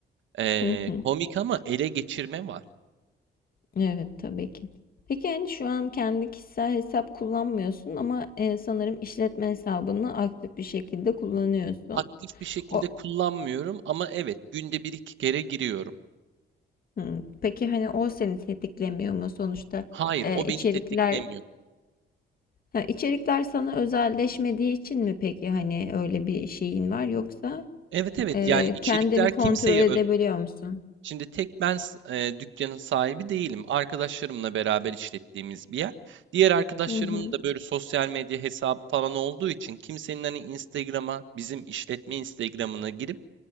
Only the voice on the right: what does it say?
eee,
komik ama ele geçirme var.
Aktif bir şekilde
kullanmıyorum ama evet günde bir iki kere giriyorum.
Hayır,
o
beni tetiklemiyor.
Evet evet
yani içerikler
kimseye
öz
Şimdi tek ben s- e, dükkanın sahibi değilim. Arkadaşlarımla beraber işlettiğimiz bir yer. Diğer arkadaşlarımın
da böyle sosyal medya hesabı falan olduğu için kimsenin hani Instagram'a, bizim işletme Instagram'ına girip